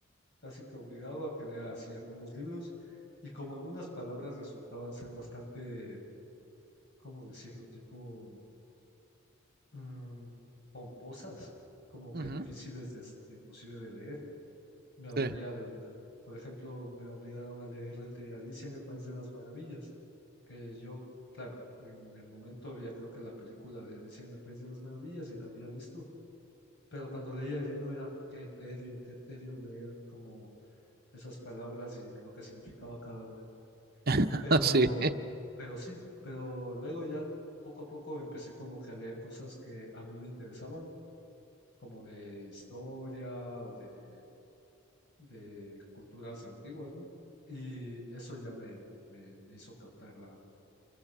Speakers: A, on the left; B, on the right.
A: casi que obligado a que lea así algunos libros y como algunas palabras resultaban ser bastante, ¿cómo decirlo? Tipo mm, pomposas, como que
B: ujú,
A: difíciles de, s- inclusive de leer me aburría
B: sí,
A: de una. Por ejemplo, me obligaron a leer el de Alicia en el País de las Maravillas, que yo, claro, en el momento había creo que la película de Alicia en el País de las Maravillas y la había visto, pero cuando leía el libro era qué tedio, qué tedio leer como esas palabras y lo que significaba cada una.
B: <laughs>
A: Pero,
B: así,
A: pero sí, pero luego ya poco a poco empecé como que a leer cosas que a mí me interesaban, como de historia o de de culturas antiguas, ¿no? Y eso ya me, me, me hizo captar la,